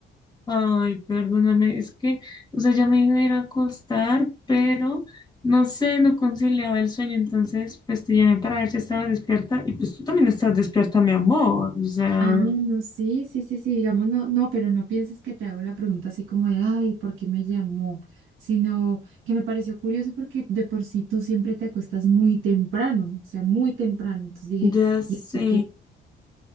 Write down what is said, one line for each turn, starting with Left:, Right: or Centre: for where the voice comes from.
Left: Ay, perdóname, es que, o sea, ya me iba a ir a acostar, pero no sé, no conciliaba el sueño, entonces, pues te llamé para ver si estabas despierta, y pues tú también estás despierta, mi amor, o sea,
Right: Ah, no, sí, sí, sí, sí, digamos, no, no, pero no pienses que te hago la pregunta así como de, ay, ¿por qué me llamó? Sino que me pareció curioso porque de por sí tú siempre te acuestas muy temprano, o sea, muy temprano. Entonces dije,
Left: ya sé.
Right: ¿y eso qué?